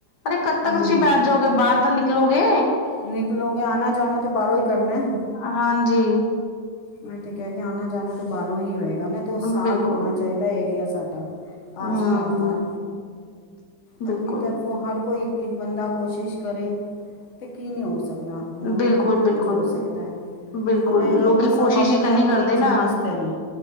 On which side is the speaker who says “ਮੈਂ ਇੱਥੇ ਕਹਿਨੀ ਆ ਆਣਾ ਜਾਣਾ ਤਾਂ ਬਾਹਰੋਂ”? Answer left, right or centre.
Left